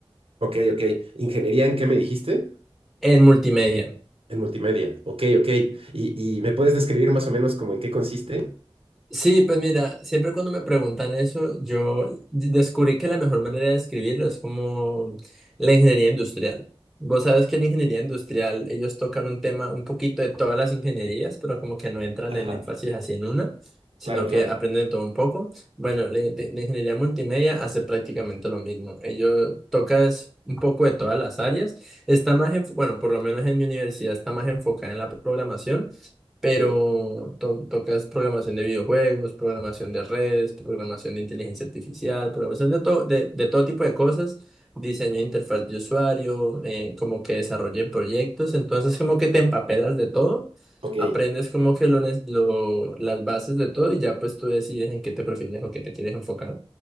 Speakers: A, on the right; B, in the centre.
A: ok, ok. ¿Ingeniería en qué me dijiste?
B: en multimedia.
A: En multimedia. Ok, ok. ¿Y, y me puedes describir más o menos como en qué consiste?
B: Sí, pues mira, siempre cuando me preguntan eso, yo descubrí que la mejor manera de escribirlo es como la ingeniería industrial. Vos sabes que en ingeniería industrial ellos tocan un tema, un poquito de todas las ingenierías, pero como que no entran
A: Ajá,
B: en énfasis así en una, sino
A: claro, claro.
B: que aprenden de todo un poco. Bueno, la, inte- la ingeniería multimedia hace prácticamente lo mismo. Ellos tocas un poco de todas las áreas. Está más, enf- bueno, por lo menos en mi universidad está más enfocada en la programación pero
A: Ok,
B: to- tocas programación de videojuegos, programación de redes, programación de inteligencia artificial, programación de, todo de, de todo tipo de cosas, diseño de interfaz de usuario, eh, como que desarrollen proyectos, entonces como que te empapelas de todo,
A: ok.
B: aprendes como que lo, nes- lo- las bases de todo y ya pues tú decides en qué te prefieres o qué te quieres enfocar.